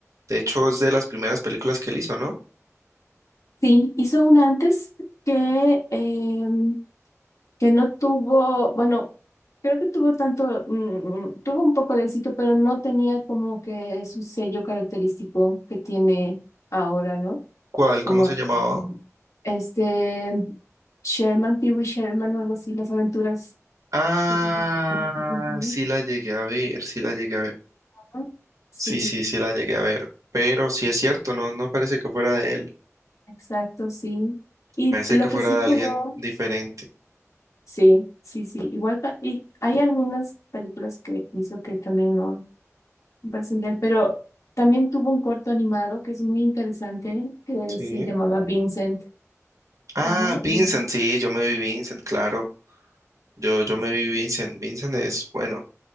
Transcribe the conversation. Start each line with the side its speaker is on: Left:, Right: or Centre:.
Right: De hecho, es de las primeras películas que él hizo, ¿no?
Left: Sí, hizo una antes que, em, que no tuvo, bueno, creo que tuvo tanto, mm, mm, tuvo un poco de éxito, pero no tenía como que su sello característico que tiene ahora, ¿no?
Right: ¿Cuál?
Left: Como
Right: ¿Cómo se
Left: así,
Right: llamaba?
Left: este Sherman, Pee-wee Sherman o algo así, las aventuras
Right: Ah,
Left: de Pee-wee Sherman. Ujú.
Right: sí la llegué a ver, sí la llegué a ver.
Left: Ah, Sí,
Right: Sí, sí, sí la llegué a ver. Pero sí es cierto, no, no parece que fuera de él.
Left: exacto, sí. Y
Right: Parece
Left: lo
Right: que fuera
Left: que sí
Right: de
Left: tuvo.
Right: alguien diferente.
Left: Sí, sí, sí. Igual pa- y hay algunas películas que hizo que también no me parecen de él, pero también tuvo un corto animado que es muy interesante, que
Right: Sí.
Left: se llamaba Vincent.
Right: Ah,
Left: Ajá.
Right: Vincent,
Left: de-
Right: sí, yo me vi Vincent, claro. Yo, yo
Left: sí,
Right: me
Left: sí.
Right: vi Vincent. Vincent es, bueno,